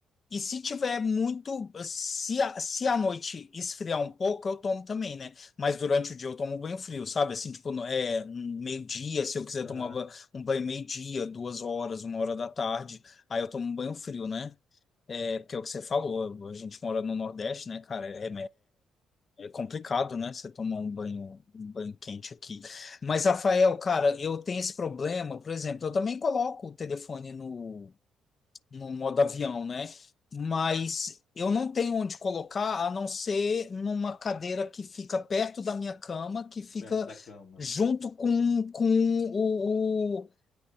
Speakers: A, on the left; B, on the left.
A: e se tiver muito, se a, se à noite esfriar um pouco, eu tomo também, né? Mas durante o dia eu tomo banho frio, sabe? Assim, tipo, no- é meio-dia, se eu quiser
B: aham,
A: tomar ba- um banho meio-dia, duas horas, uma hora da tarde, aí eu tomo banho frio, né? É, porque é o que você falou, a gente mora no Nordeste, né, cara? É, é, é complicado, né? Você tomar um banho, um banho quente aqui. Mas, Rafael, cara, eu tenho esse problema, por exemplo, eu também coloco o telefone no, no modo avião, né? Mas eu não tenho onde colocar a não ser numa cadeira que fica perto da minha cama, que fica
B: perto da cama.
A: junto com, com o, o-